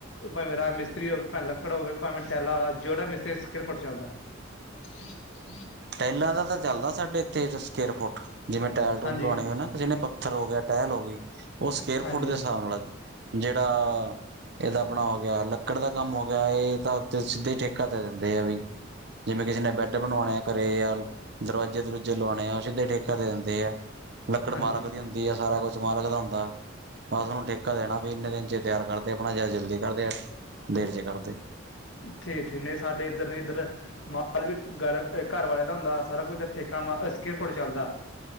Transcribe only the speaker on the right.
ਟਾਇਲਾਂ ਦਾ ਤਾਂ ਚੱਲਦਾ ਸਾਡੇ ਇੱਥੇ ਸਕੇਅਰ ਫੁੱਟ, ਜਿਵੇਂ ਟਾਇਲ, ਟੂਲ
ਲਵਾਉਣੀ ਹੋਵੇ ਨਾ ਕਿਸੇ ਨੇ ਪੱਥਰ ਹੋ ਗਿਆ, ਟਾਇਲ ਹੋ ਗਈ ਉਹ ਸਕੇਅਰ
ਫੁੱਟ ਦੇ ਹਿਸਾਬ ਨਾਲ ਆ ਜਿਹੜਾ ਇਹਦਾ ਆਪਣਾ ਹੋ ਗਿਆ, ਲੱਕੜ ਦਾ ਕੰਮ ਹੋ ਗਿਆ ਇਹ ਤਾਂ ਉੱਥੇ ਸਿੱਧੇ ਹੀ ਠੇਕਾ ਦੇ ਦਿੰਦੇ ਆ ਵੀ। ਜਿਵੇਂ, ਕਿਸੇ ਨੇ ਬੈਡ ਬਣਵਾਉਣੇ ਆ। ਘਰੇ ਆ ਦਰਵਾਜ਼ੇ, ਦਰੂਜੇ ਲਵਾਉਣੇ ਆ ਉਹ ਸਿੱਧੇ ਠੇਕਾ ਦੇ ਦਿੰਦੇ ਏ। ਲੱਕੜ
ਮਾਲਕ ਦੀ ਹੁੰਦੀ ਵੀ ਆ ਸਾਰਾ ਕੁਛ ਮਾਲਕ ਦਾ ਹੁੰਦਾ ਬਸ, ਉਹਨੂੰ ਠੇਕਾ ਦੇਣਾ ਵੀ ਇੰਨੇ ਦਿਨ ਜੇ ਤਿਆਰ ਕਰਦੇ ਆਪਣਾ ਜਾਂ ਜਲਦੀ ਕਰਦੇ ਦੇਰ ਚ ਕਰਦੇ।